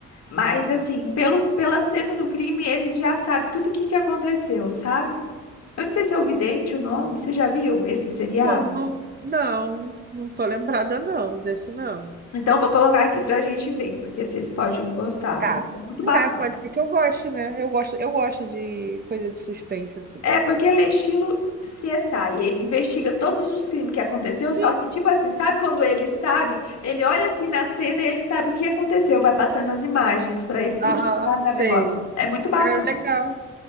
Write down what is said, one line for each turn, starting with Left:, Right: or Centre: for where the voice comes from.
Left: mas assim, pelo, pela cena do crime, eles já sabem tudo o que que aconteceu, sabe? Eu não sei se é o Vidente o nome, você já viu esse seriado?
Right: Não, não, não, não tô lembrada não, desse não.
Left: Então, vou colocar aqui pra gente ver, porque vocês podem gostar.
Right: Tá.
Left: Ele É muito bacana.
Right: É, pode ser que eu goste, né? Eu gosto, eu gosto de coisa de suspense, assim.
Left: É, porque ele é estilo CSI. Ele investiga todos os crimes que aconteceu,
Right: Sim.
Left: só que, tipo assim, sabe quando ele sabe? Ele olha assim na cena e ele sabe o que aconteceu. Vai passando as imagens pra ele, tudo
Right: Aham,
Left: sabe, na
Right: sei.
Left: memória. É muito bacana.
Right: É legal.